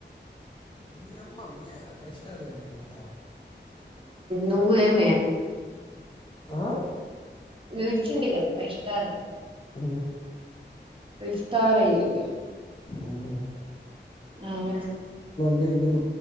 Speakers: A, on the left; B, on the right.
A: మీ అమ్మ మీ పై స్టార్లే మీర అంతా
B: నువ్వు ఏమే
A: ఆ
B: విచింట కప్ప ఇష్టారు
A: అ
B: విఫస్తారలేకి
A: ఉమ్.
B: అవు
A: ఇందు